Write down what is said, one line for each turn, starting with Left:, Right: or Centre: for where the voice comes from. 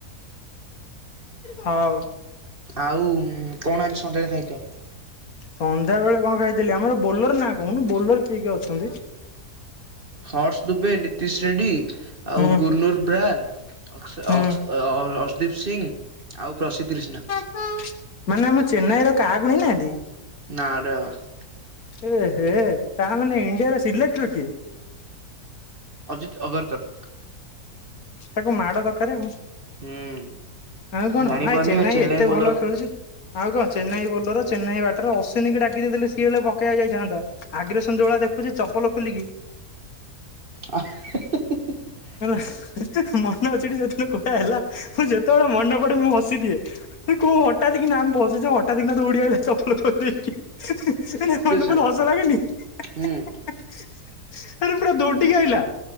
Left: ହଉ।
Right: ଆଉ କଣ ଆଜି ସନ୍ଧ୍ୟାବେଳେ ଖାଇଚ?
Left: ସନ୍ଧ୍ୟା ବେଳେ କଣ ଖାଇଥିଲି? ଆମର ବୋଲର ନାଁ କହୁନୁ ବୋଲର କିଏ କିଏ ଅଛନ୍ତି?
Right: ହର୍ସ ଦୁବେ ନୀତିଶ ରେଡ୍ଡୀ ଆଉ
Left: ହୁଁ
Right: ଗୁର୍ନୁର ବ୍ରାର। ଅକ୍ସ
Left: ହୁଁ।
Right: ଅକ୍ସ ଅ ଅର୍ସଦୀପ ସିଂ ଆଉ ପ୍ରସିଦ୍ ତ୍ରିଷ୍ଣ।
Left: ଆଁ ମାନେ ଆମ ଚେନ୍ନାଇ ର କାହାକୁ ନେଇଁ ନାହାନ୍ତି।
Right: ନାଁରେ ବାଃ ବାଃ।
Left: ଏଁ ହେଁ ତା ମାନେ ଇଣ୍ଡିଆର ସିଲେକ୍ଟର କିଏ?
Right: ଅଜିତ୍ ଅଗରକର।
Left: ତାକୁ ମାଡ ଦରକାର ଆଉ।
Right: ହୁଁ
Left: ଆଉ କଣ
Right: ଜାଣିପାରୁନି
Left: ହାଁଇ ଚେନ୍ନାଇ
Right: ଆଉ
Left: ଏତେ
Right: ବୋଲର
Left: ଭଲ ଖେଳୁଛି। ଆଉ କଣ ଚେନ୍ନାଇ ବୋଲର ଚେନ୍ନାଇ ବ୍ୟାଟରେ ଅଶ୍ୱିନୀକି ଡାକି ଦେଇଥିଲେ ସିଏ ହେଲେ ପକାଇବାକୁ ଯାଇଥାନ୍ତା। ଆଗ୍ରେସନ ଯଉଁଭଳିଆ ଦେଖୁଛି ଚପଲ ଖୋଲିକି।
Right: ଆଁ ହେଁ ହେଁ ହିଁ ହିଁ ହିଁ।
Left: ହେଲା ହେଁ ହେଁ ମନ ଅଛିଟି ସେଦିନ କଉଁଭଳିଆ ହେଲା ମୁଁ ଯେତେବେଳେ ମନେ ପଡେ ମୁଁ ହସିଦିଏ। ଏଁ କୋଉଁ ହଠାତ୍ କିନା ଆମେ ବସିଛେ ହଟାତ୍ କିନା ଦଉଡ଼ିଆଇଲା ଚପଲ ଖୋଲିଦେଇକି ହେଁ
Right: ହୁଁ
Left: ହେଁ ହିଁ ମନେ ପଇଲେ ହସ ଲାଗେନି। ହିଁ ହିଁ।
Right: ହୁଁ।
Left: ଏଁହାଁ ଏଁହାଁ ଆରେ ପୁରା ଦୌଡ଼ିକି ଆଇଲା।